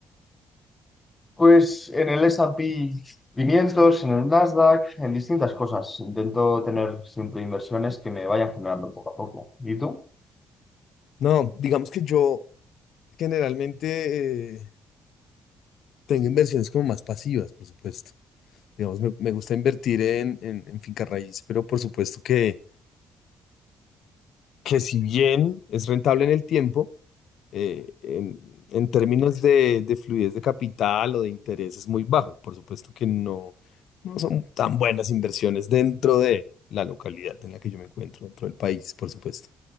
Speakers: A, on the left; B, on the left.
A: Pues en el S&P 500, en el Nasdaq, en distintas cosas. Intento tener siempre inversiones que me vayan generando poco a poco. ¿Y tú?
B: No, digamos que yo generalmente eh, tengo inversiones como más pasivas, por supuesto. Digamos, me, me gusta invertir en, en, en finca raíz, pero por supuesto que, que si bien es rentable en el tiempo, eh, en, en términos de, de fluidez de capital o de interés es muy bajo. Por supuesto que no, no son tan buenas inversiones dentro de la localidad en la que yo me encuentro, dentro del país, por supuesto.